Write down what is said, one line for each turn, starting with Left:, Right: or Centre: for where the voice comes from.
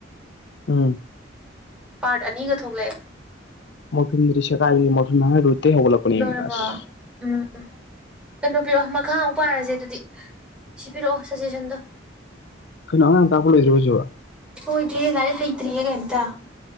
Left: ꯑꯝ
Centre: ꯄꯥꯔꯠ ꯑꯅꯤꯒ ꯊꯣꯛꯂꯛꯑꯦ
Left: ꯃꯣꯐꯤꯟꯔꯤꯁꯦ ꯀꯥꯏ ꯃꯣꯐꯤꯟ ꯔꯨꯇꯇꯩ ꯍꯧꯒꯠꯂꯛꯄꯅꯤ
Centre: ꯂꯣꯏꯔꯕꯣ
Left: ꯑꯁ
Centre: ꯎꯝ ꯀꯩꯅꯣ ꯄꯤꯔꯛꯑꯣ ꯃꯈꯥ ꯑꯃꯨꯛ ꯄꯥꯏꯔꯁꯦ ꯑꯗꯨꯗꯤ ꯁꯤ ꯄꯤꯔꯛꯑꯣ ꯁꯖꯦꯁꯟꯗꯣ
Left: ꯀꯩꯅꯣ ꯑꯉꯥꯡ ꯇꯥꯀꯄꯥ ꯂꯣꯏꯗꯔ꯭ꯦꯕꯣꯍꯧꯁꯨꯕ
Centre: ꯍꯣꯏꯗ꯭ꯔꯤ ꯂꯔꯦ ꯍꯩꯇ꯭ꯔꯤꯑꯦꯒꯦꯇ